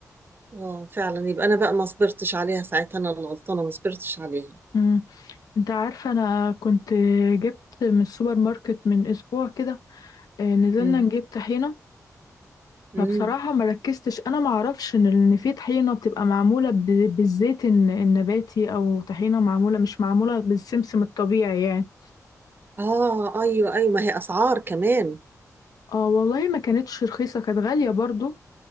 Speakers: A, on the right; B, on the left.
A: اه فعلا يبقى انا بقى ما صبرتش عليها ساعتها انا اللي غلطانه ما صبرتش عليها
B: مم. انت عارفة انا كنت جبت من السوبر ماركت من اسبوع كده آه، نزلنا
A: امم
B: نجيب طحينة
A: امم
B: فبصراحة ما ركزتش انا ما اعرفش ان إن في طحينة بتبقى معمولة ب- بالزيت الن- النباتي او طحينة معمولة مش معمولة بالسمسم الطبيعي يعني
A: اه ايوه ايوه ما هي اسعار كمان
B: اه والله ما كانتش رخيصة كانت غالية برضو